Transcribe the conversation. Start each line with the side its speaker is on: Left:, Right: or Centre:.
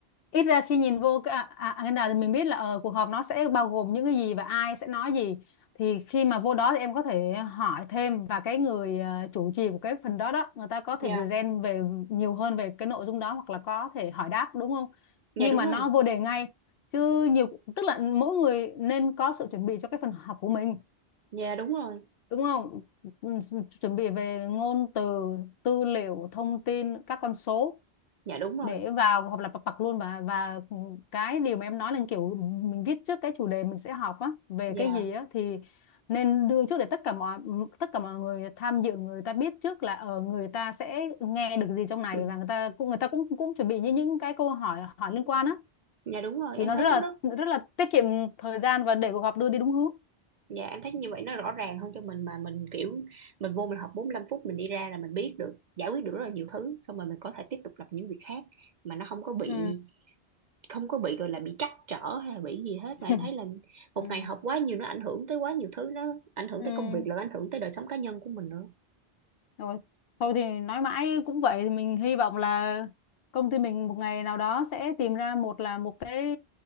Left: ít ra khi nhìn vô cái a- a- agenda thì mình biết là ờ, cuộc họp nó sẽ bao gồm những cái gì và ai sẽ nói gì thì khi mà vô đó thì em có thể hỏi thêm và cái người ờ, chủ trì của cái phần đó đó người ta có thể
Right: dạ
Left: present về nhiều hơn về cái nội dung đó hoặc là có thể hỏi đáp đúng không
Right: dạ
Left: nhưng
Right: đúng
Left: mà
Right: rồi
Left: nó vô đề ngay chứ nhiều tức là mỗi người nên có sự chuẩn bị cho cái phần họp của mình
Right: dạ đúng rồi
Left: đúng không Ừ, chuẩn bị về ngôn từ tư liệu thông tin các con số
Right: dạ đúng rồi
Left: để vào hoặc là pa- pặc luôn và và cái điều mà em nói là kiểu mình viết trước cái chủ đề mình sẽ học á về
Right: dạ
Left: cái gì á thì nên đưa trước để tất cả mọi tất cả mọi người tham dự người ta biết trước là ở người ta sẽ nghe được gì trong
Right: <clears throat>
Left: này
Right: Ừ.
Left: và người ta cũng người ta cũng cũng chuẩn bị như những cái câu hỏi hỏi liên quan á
Right: dạ đúng rồi
Left: thì
Right: em
Left: nó
Right: thấy
Left: rất
Right: nó
Left: là
Right: rất
Left: rất là tiết kiệm thời gian và để cuộc họp đưa đi đúng hướng
Right: dạ em thấy như vậy nó rõ ràng hơn cho mình mà mình kiểu mình vô mình học 45 phút mình đi ra là mình biết được giải quyết được rất là nhiều thứ xong rồi mình có thể tiếp tục làm những việc khác mà nó không có bị
Left: ừ.
Right: không có bị gọi là bị trắc trở hay là bị gì hết
Left: <laughs>
Right: mà em thấy là một
Left: ừ.
Right: ngày học quá nhiều nó ảnh hưởng tới quá nhiều thứ nó ảnh hưởng
Left: Ừ.
Right: tới công việc là ảnh hưởng tới đời sống cá nhân của mình nữa
Left: Rồi, thôi thì nói mãi cũng vậy thì mình hy vọng là công ty mình một ngày nào đó sẽ tìm ra một là một cái